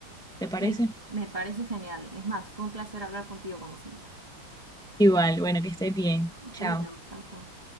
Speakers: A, in the centre; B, on the right (about 15°).
A: ¿Te parece?
B: Me, me parece genial. Es más, fue un placer hablar contigo como siempre.
A: Igual, bueno, que estés bien. Chao.
B: Tú igual, chao, chao.